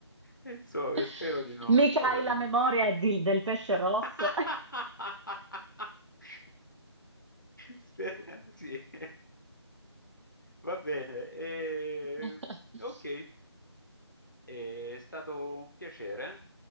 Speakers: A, on the left; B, on the right.
A: Insomma,
B: <laughs>
A: spero di no,
B: Mica
A: spero
B: hai
A: di
B: la
A: no.
B: memoria di- del pesce
A: <laughs>
B: rosso.
A: Spera, sì. Va bene. eh,
B: <laughs>
A: ok, eh, è stato un piacere.